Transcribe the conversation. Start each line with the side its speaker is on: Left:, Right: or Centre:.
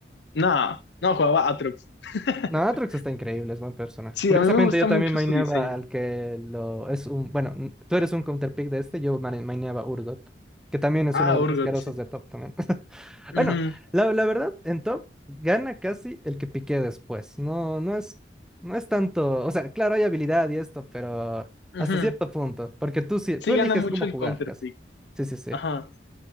Left: No, no, jugaba Atrox. <laughs>
Centre: No, Aatrox está increíble, es buen personaje.
Left: Sí,
Centre: Curiosamente,
Left: a mí me gusta
Centre: yo
Left: mucho
Centre: también maineaba
Left: su diseño.
Centre: al que lo es un. Bueno, n- tú eres un counterpick de este, yo mane- maineaba Urgot, que también es
Left: Ah,
Centre: uno de los
Left: Urgot,
Centre: asquerosos
Left: sí.
Centre: de top también. <laughs>
Left: Ujú,
Centre: Bueno, la, la verdad, en top gana casi el que piqué después. No, no es, no es tanto. O sea, claro, hay habilidad y esto, pero
Left: ujú.
Centre: hasta cierto punto. Porque tú sí,
Left: Sí
Centre: tú eliges
Left: gana mucho
Centre: cómo
Left: el
Centre: jugar
Left: counter
Centre: casi.
Left: pick.
Centre: Sí, sí, sí.
Left: Ajá.